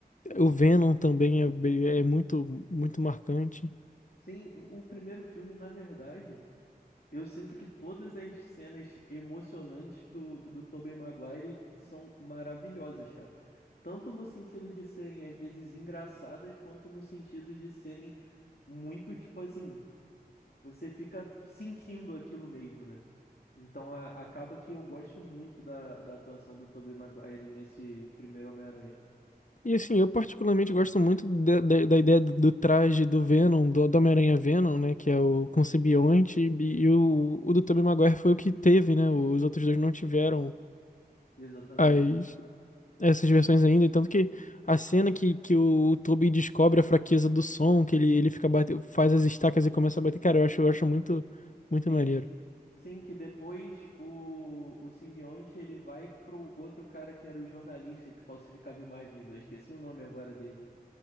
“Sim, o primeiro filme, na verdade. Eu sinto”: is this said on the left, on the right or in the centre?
Left